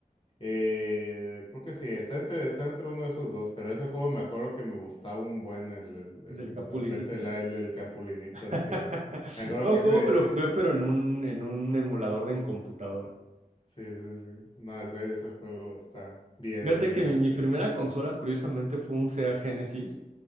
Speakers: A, on the left; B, on the right.
A: eh, creo que sí, está entre, está entre uno de esos dos, pero ese juego me acuerdo que me gustaba un buen el, el, el
B: del Capulinita.
A: Advent- el, el- el Capulinita,
B: <laughs>
A: sí. Me acuerdo
B: No,
A: que ese
B: juego que
A: es,
B: lo
A: es-
B: jugué, pero en un, en un emulador de en computadora.
A: sí, sí, sí. sí. No, ese, ese juego está bien,
B: Fíjate
A: bien,
B: que mi,
A: este.
B: mi primera consola, curiosamente, fue un Sega Genesis,